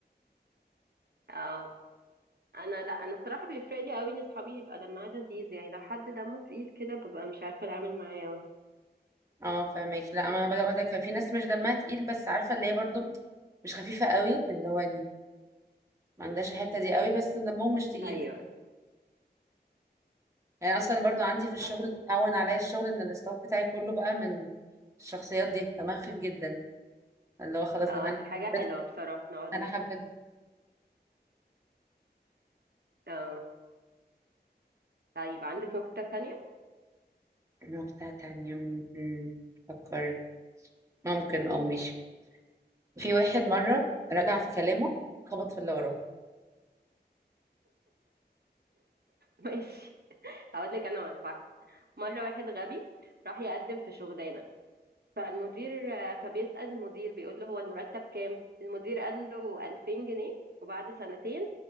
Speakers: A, on the right; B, on the right.
A: اه انا لا انا الصراحه بيفرق لي قوي ان اصحابي يبقى دمها لذيذ يعني لو حد دمه تقيل كده ببقى مش عارفه اتعامل معاه قوي
B: اه فاهمك لا ما انا بدأ بدأ كان في ناس مش دمها تقيل بس عارفه اللي هي برضو مش خفيفه قوي اللي هو يعني ما عندهاش الحته دي قوي بس دمهم مش تقيل
A: ايوه
B: يعني اصلا برضو عندي في الشغل
A: اه
B: اللي مهون عليا الشغل ان الاستاف بتاعي كله بقى من الشخصيات دي دمها خفيف جدا اللي هو خلاص
A: آه،
B: دماغ
A: دي حاجه حلوه
B: انا حبيت
A: بصراحه نقعد
B: انا
A: نت...
B: حبيت
A: اه طيب عندك نكته تانية <laughs>
B: نقطه تانية م- م- فكر ممكن اه ماشي في واحد مره رجع في كلامه خبط في اللي وراه
A: ماشي هقول لك انا واحده مره واحد غبي راح يقدم في شغلانه فالمدير آه، فبيسأل المدير بيقول له هو المرتب كام المدير قال له 2000 جنيه وبعد سنتين